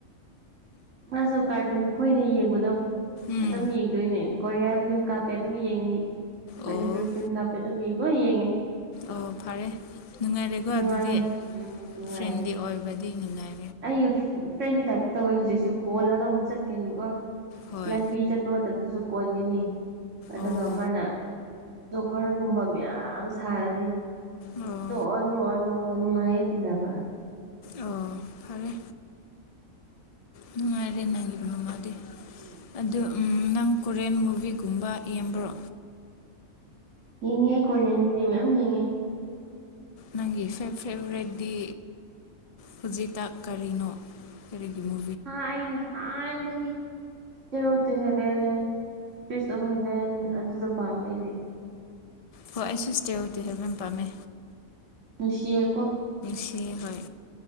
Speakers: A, on the right; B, on the left.
A: ꯃꯥꯁꯨ ꯀꯥꯔꯇꯨꯟ ꯈꯈꯣꯏꯅ ꯌꯦꯡꯕꯗꯣ
B: ꯎꯝ
A: ꯑꯗꯨꯝ ꯌꯦꯡꯗꯣꯏꯅꯦ ꯀꯣꯔꯤꯌꯥ ꯐꯤꯂꯝ ꯀꯥꯞ ꯀꯄ ꯑꯗꯨꯝ ꯌꯦꯡꯅꯤ ꯃꯅꯤꯄꯨꯔꯤ
B: ꯑꯣ
A: ꯐꯤꯂꯝ ꯀꯥꯞꯄꯦ ꯑꯗꯨꯝ ꯌꯦꯡꯉꯣ ꯌꯦꯡꯉꯦ
B: ꯑꯣ ꯐꯔꯦ ꯅꯨꯡꯉꯥꯏꯔꯦꯀꯣ
A: ꯅꯨꯡꯉꯥꯏꯌꯦ
B: ꯑꯗꯨꯗꯤ
A: ꯎꯝ ꯅꯨꯡꯉꯥꯏꯌꯦ
B: ꯐ꯭ꯔꯦꯟꯂꯤ ꯑꯣꯏꯕꯗꯤ ꯅꯨꯡꯉꯥꯏꯔꯦ
A: ꯑꯩꯒ ꯐ꯭ꯔꯦꯟꯒꯤ ꯇꯥꯏꯞꯇ ꯇꯧꯋꯦ ꯍꯧꯖꯤꯛꯁꯨ ꯀꯣꯜꯂꯒ ꯑꯃꯨꯛ ꯆꯠꯀꯅꯤꯀꯣ
B: ꯍꯣꯏ
A: ꯂꯝꯕꯤ ꯆꯠꯄ ꯃꯇꯝꯗꯁꯨ ꯀꯣꯟꯒꯅꯤ ꯑꯗꯨꯒ
B: ꯑꯣ
A: ꯃꯥꯅ ꯗꯣꯀꯔꯒꯨꯝꯕ ꯃꯌꯥꯝ ꯁꯥꯔꯅꯤ
B: ꯑꯣ
A: ꯅꯣꯛꯑꯣ ꯅꯣꯛꯑꯣ ꯅꯣ ꯅꯨꯡꯉꯥꯏꯌꯦ ꯇꯤꯅꯕ
B: ꯑꯣ ꯐꯔꯦ ꯅꯨꯡꯉꯥꯏꯔꯦ ꯅꯪꯒꯤ ꯃꯃꯥꯗꯤ
A: ꯎꯝ
B: ꯑꯗꯨ
A: ꯅꯨꯡꯉꯥꯏ
B: ꯅꯪ ꯀꯣꯔꯦꯟ ꯃꯨ ꯕꯤꯒꯨꯝꯕ ꯌꯦꯡꯕ꯭ꯔꯣ
A: ꯌꯦꯡꯉꯦ ꯀꯣꯔꯤꯌꯥꯟꯒꯤꯗꯤ ꯃꯌꯥꯝ ꯌꯦꯡꯉꯦ
B: ꯅꯪꯒꯤ ꯐꯦ ꯐꯦꯕꯔꯦꯠꯗꯤ ꯍꯧꯖꯤꯇꯥ ꯀꯔꯤꯅꯣ ꯀꯔꯤꯒꯤꯅꯣ
A: ꯍꯅ ꯅ ꯍꯟꯅꯒꯤ zero to heaven trees of heaven ꯑꯗꯨꯗꯣ ꯄꯥꯝꯃꯦ ꯑꯩꯗꯤ
B: ꯍꯣꯏ ꯑꯩꯁꯁꯨ ꯁꯇꯦ ꯑꯣꯏꯇ ꯍꯥꯏꯕꯦꯝ ꯄꯥꯝꯃꯦ
A: ꯅꯁꯤꯦ ꯀꯣ
B: ꯁꯤ ꯍꯣꯏ